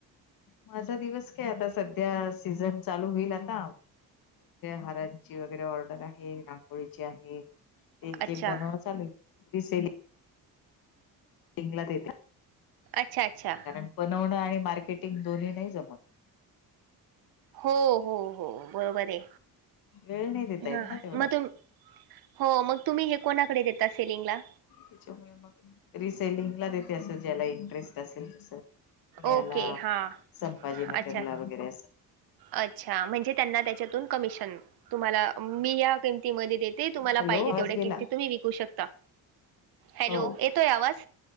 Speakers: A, on the left; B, on the right.
A: माझा दिवस काय आता सध्या सीझन चालू होईल आता हारा ची वैगेरे ऑर्डर आहे रांगोळीची आहे एक
B: अच्छा
A: एक बनवणं चालू आहे रिसे. लिंगला देत
B: अच्छा अच्छा
A: कारण बनवणं आणि मार्केटिंग दोन्ही नाही जमत.
B: हो हो हो बरोबर ये.
A: वेळ नाही देता
B: हा
A: येत ना तेवढा
B: म तुम हो मग तुम्ही हे कोणाकडे देता सेलिंग ला?
A: त्याच्यामुळे मग रिसेलिंगला देते असं ज्याला इंटरेस्ट असेल तस पुण्याला
B: ओके हां
A: संभाजीनगरला
B: अच्छा.
A: वगैरे असं
B: अच्छा म्हणजे त्यांना त्याच्यातून कमिशन तुम्हाला मी या किमतीमध्ये देते तुम्हाला
A: हॅलो
B: पाहिजे
A: आवाज
B: तेवढ्या
A: गेला
B: किमतीत तुम्ही विकू शकता हॅलो
A: हो
B: येतोय आवाज